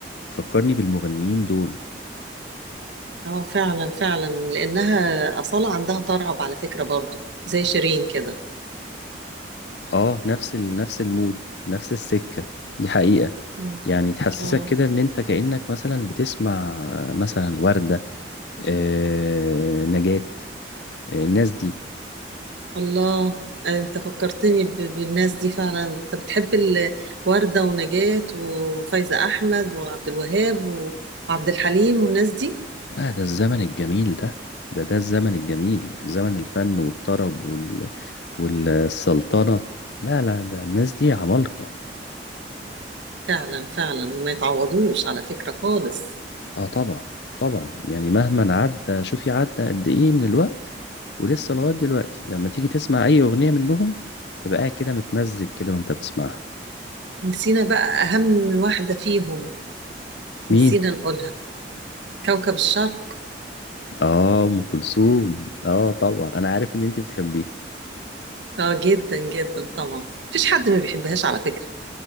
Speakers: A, on the left (about 70°); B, on the right (about 85°).
A: بتفكرني بالمغنيين دول
B: اه فعلا فعلا لانها اصاله عندها طرب على فكره برضو زي شيرين كده
A: اه نفس ال... نفس المود نفس السكة دي حقيقة
B: مم.
A: يعني تحسسك
B: اه
A: كده ان انت كأنك مثلا بتسمع آه، مثلا وردة آه، نجاة آه، الناس دي
B: الله آه، انت فكرتني ب- بالناس دي فعلا انت بتحب ال- وردة ونجاة وفايزة احمد وعبد الوهاب وعبد الحليم والناس دي
A: اه ده الزمن الجميل ده ده ده الزمن الجميل زمن الفن والطرب وال... والسلطنة لا لا ده الناس دي عمالقة
B: فعلا فعلا وما يتعوضوش على فكرة خالص
A: اه طبعا طبعا يعني مهما عدى شوفي عدى قد ايه من الوقت ولسه لغاية دلوقتي لما تيجي تسمع اي اغنية منهم تبقى قاعد كده متمزج كده وانت بتسمعها
B: نسينا بقى أهم واحدة فيهم نسينا
A: مين
B: نقولها كوكب الشرق
A: اه ام كلثوم اه طبعا انا عارف ان انت بتحبيها
B: اه جدا جدا طبعا مفيش حد ما بيحبهاش على فكرة